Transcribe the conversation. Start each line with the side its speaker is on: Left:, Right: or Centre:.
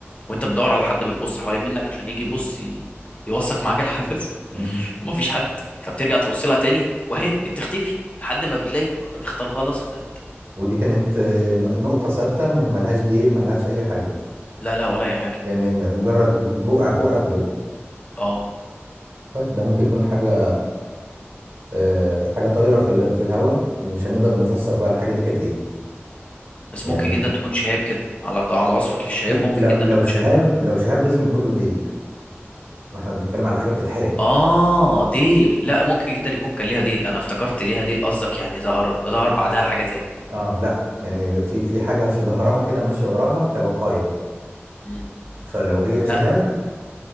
Left: وانت بتدور على حد بتبص حوالين منك عشان يجي يبص ي- يوثق معاك الحدث <laughs>
Right: مم.
Left: ومفيش حد فبترجع تبص لها تاني وهي دي بتختفي لحد ما بتلاقي آه، دي اختل- خلاص اختفت
Right: ودي كانت آه، ن- نقطة ثابتة مش ملهاش ديل ملهاش أي حاجة
Left: لا لا ولا اي حاجه
Right: يعني مجرد بقع بقع الضوء
Left: اه
Right: طيب ده ممكن يكون حاجة آه، حاجه طايره في ال- في الهواء ومش هنقدر نفسر بقى الحاجه دي كانت ايه
Left: بس
Right: يعني
Left: ممكن
Right: ممكن
Left: جدا تكون شهاب كده على على وصفك للشهاب
Right: ل-
Left: ممكن
Right: لو
Left: جدا
Right: لو
Left: تكون
Right: شهاب
Left: شهاب
Right: لو شهاب لازم يكون له ديل ما احنا بنتكلم على حاجه بتتحرق
Left: اه ديل لا ممكن جدا يكون كان ليها ديل انا افتكرت ليها ديل قصدك يعني ظهر ظهر بعدها حاجه تاني
Right: اه لا يعني في في حاجه في ظهرها كده ماشيه وراها كبقايا
Left: مم.
Right: فلو هي شهاب
Left: لا